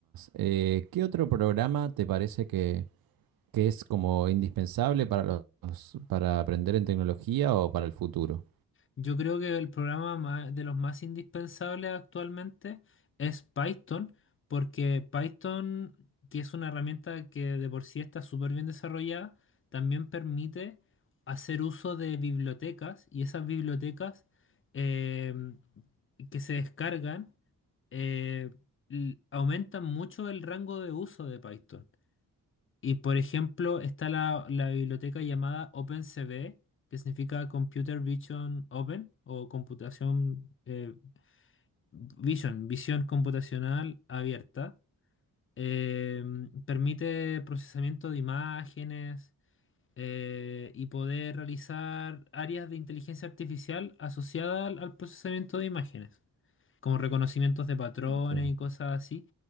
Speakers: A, on the right; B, on the left.
A: eh, ¿qué otro programa te parece que, que es como indispensable para los, para aprender en tecnología o para el futuro?
B: Yo creo que el programa ma- de los más indispensables actualmente es Python, porque Python, que es una herramienta que de por sí está súper bien desarrollada, también permite hacer uso de bibliotecas y esas bibliotecas em, que se descargan eh, l- aumentan mucho el rango de uso de Python. Y por ejemplo, está la, la biblioteca llamada OpenCV, que significa Computer Vision Open o computación eh, Vision, visión computacional abierta. Eh, permite procesamiento de imágenes eh, y poder realizar áreas de inteligencia artificial asociadas al al procesamiento de imágenes como reconocimientos de patrones
A: Ok.
B: y cosas así.